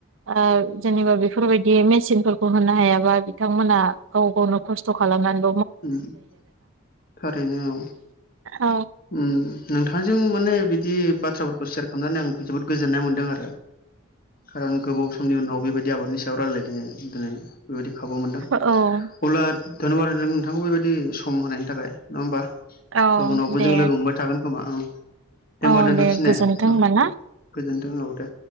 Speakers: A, on the right (about 75°); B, on the left (about 45°).
A: ओ जेनेबा बेफोरबायदि मेसिनफोरखौ होनो हायाबा बिथांमोना गाव गावनो खस्थ' खालामनानै
B: उम <inaudible> थारैनो औ
A: औ
B: उम नोंथांजों माने बिदि बाथ्रा खौ सेयार खालामनानै आं जोबोद गोजोननाय मोन्दों आरो। खारन गोबाव समनि उनाव बेबायदि आबादनि सायाव रायलायदों दिनै बेबायदि खाबु मोनदों
A: औ
B: अब्ला धन्यबाद नांगौ बेबायदि सम होनायनि थाखाय नङा होमबा,
A: औ
B: उनावबो
A: दे
B: जों लोगो मोनबाय थागोन खोमा औ दे
A: औ
B: होनोमबा दोनथ'नोसै
A: गोजोनथों
B: ने औ
A: होमबा ना
B: गोजोनथों औ दे।